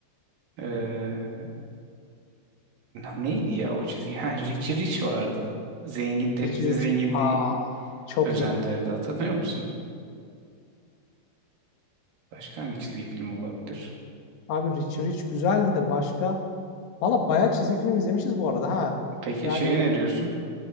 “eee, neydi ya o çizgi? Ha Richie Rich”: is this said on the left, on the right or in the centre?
Right